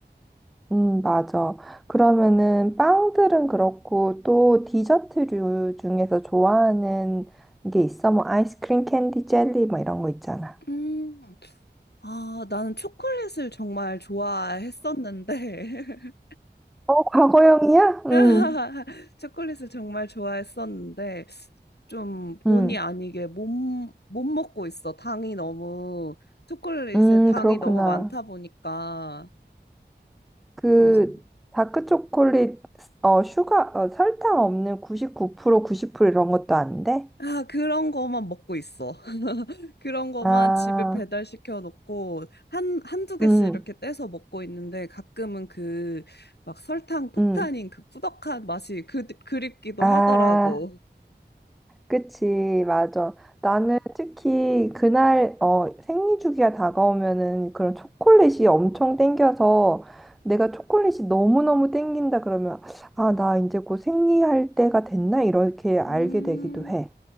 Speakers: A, in the centre; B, on the left.
A: 음, 맞아. 그러면은 빵들은 그렇고 또 디저트류 중에서 좋아하는 게 있어? 뭐 아이스크림, 캔디, 젤리 뭐 이런 거 있잖아.
B: 음, 아, 나는 초콜릿을 정말 좋아했었는데. <laughs>
A: 어, 과거형이야? 음,
B: <laughs> 초콜릿을 정말 좋아했었는데 좀 본의
A: 음,
B: 아니게 못, 못 먹고 있어. 당이 너무 초콜릿에
A: 음,
B: 당이
A: 그렇구나.
B: 너무 많다 보니까
A: 그
B: 그래서
A: 다크 초콜릿, 어, 슈가, 어, 설탕 없는 99%, 90% 이런 것도 안 돼?
B: 아 그런 거만 먹고 있어. <laughs> 그런 거만
A: 아,
B: 집에 배달시켜 놓고 한 한두 개씩
A: 음,
B: 이렇게 떼서 먹고 있는데 가끔은 그 막 설탕 폭탄인
A: 음,
B: 그 꾸덕한 맛이 그 그립기도
A: 아.
B: 하더라고.
A: 그치, 맞아. 나는 특히 그날 어, 생리 주기가 다가오면은 그런 초콜릿이 엄청 땡겨서 내가 초콜릿이 너무너무 땡긴다 그러면 아, 나 이제 곧 생리할 때가 됐나? 이렇게 알게
B: 음,
A: 되기도 해.